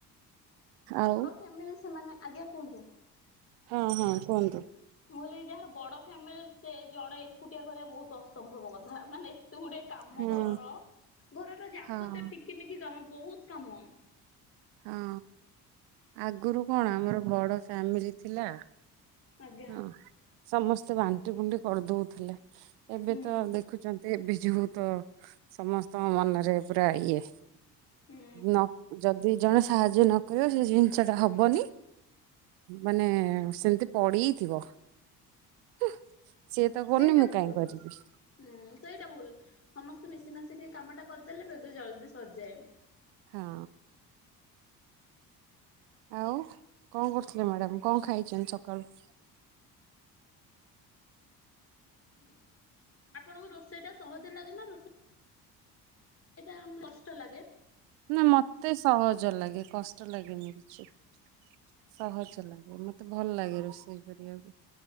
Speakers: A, on the right; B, on the left.
A: ଆଉ।
B: କେମନ ସେମାନେ- ଆଜ୍ଞା କୁହନ୍ତୁ।
A: ହଁ ହଁ କୁହନ୍ତୁ।
B: ମୁଁ କହିଲି ଯାହାର ବଡ ଫ୍ୟାମିଲି ସେ ଜଣେ ଏକୁଟିଆ କରିବା ବହୁତ ଅସମ୍ଭବ କଥା ମାନେ ଏତେ ଗୁଡେ କାମ
A: ହଁ।
B: ଘରର ଘରର ଯାବ
A: ହଁ
B: ତ ଟିକି ନିକି କାମ ବହୁତ କାମ
A: ହଁ ଆଗରୁ କଣ ଆମର ବଡ ଫ୍ୟାମିଲି ଥିଲା।
B: ଆଜ୍ଞା
A: ଉଃ ସମସ୍ତେ ବାଣ୍ଟି କୁଣ୍ଟି କରିଦଉଥିଲେ। ଏବେ
B: ହୁଁ
A: ତ ଦେ ଦେଖୁଛନ୍ତି। ବିଜୁ ତ ସମସ୍ତଙ୍କ ମନରେ ପୁରା ଇଏ
B: ହୁଁ।
A: ନ ଯଦି ଜଣେ ସାହାଯ୍ୟ ନ କରିବ। ସେ ଜିନିଷ ଟା ହବନି। ମାନେ ସେମିତି ପଡିଥିବ। <unintelligible> ସିଏ ତ କରନି।
B: ସେଇଟା
A: ମୁଁ
B: ଭୁଲ
A: କାହିଁ କରିବି।
B: ହୁଁ ସେଇଟା ଭୁଲ ସମସ୍ତେ ମିଶି ମାଶିକି କାମ ଟା କରିଦେଲେ। ବେଗେ ଜଲଦି ସରିଯାଏ।
A: ହଁ। ଆଉ କଣ କରୁଥିଲେ। ମ୍ୟାଡ଼ାମ କଣ ଖାଇଛନ୍ତି ସକାଳୁ?
B: ହଁ ଆପଣଙ୍କୁ ରୋଷେଇ ଟା ସହଜ ଲାଗେ ନା ରୋଷେଇ ଏଇଟା ଆମ କଷ୍ଟ ଲାଗେ।
A: ନା ମତେ ସହଜ ଲାଗେ କଷ୍ଟ ଲାଗେନି। କିଛି। ସହଜ ଲାଗେ ମତେ ଭଲ ଲାଗେ ରୋଷେଇ କରିବାକୁ।